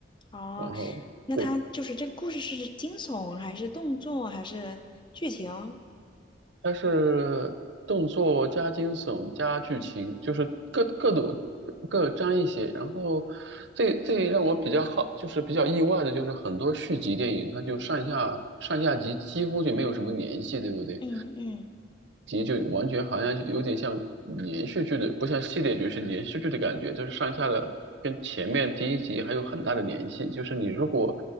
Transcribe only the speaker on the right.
然后对，
它是动作加惊悚加剧情，就是各各都各沾一些。然后最最让我比较好，就是比较意外的，就是很多续集电影，它就上下上下集几乎就没有什么联系，对不对？
集就完全好像有点像连续剧的，不像系列剧，是连续剧的感觉，就是上下的跟前面第一集还有很大的联系。就是你如果